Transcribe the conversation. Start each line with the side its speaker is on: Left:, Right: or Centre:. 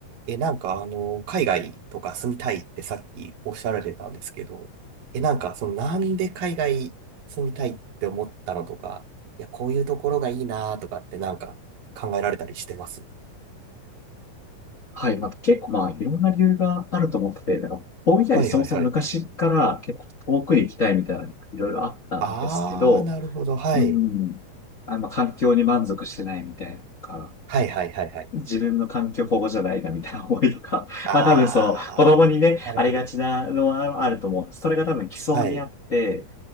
Right: え、なんかあの、海外とか住みたいってさっきおっしゃられてたんですけど、え、なんかそのなんで海外住みたいって思ったのとか、いや、こういうところがいいなとかってなんか考えられたりしてます
Left: はい。まあ、結構まあ、いろんな理由があると思ってて、なんか、大分よりそもそも昔から結構遠くに行きたいみたいな、
Right: はいはいはい。
Left: いろいろあったんですけど、
Right: あー、なるほど。はい。
Left: うん。あの、環境に満足してないみたいなのから、
Right: はいはいはいはい。
Left: 自分の環境ここじゃないなみたいな思いとか、<laughs>
Right: あー、
Left: まあ多分その、子供にね、
Right: なるほど。
Left: ありがちなのはあると思う。それが多分基礎にあって、
Right: はい。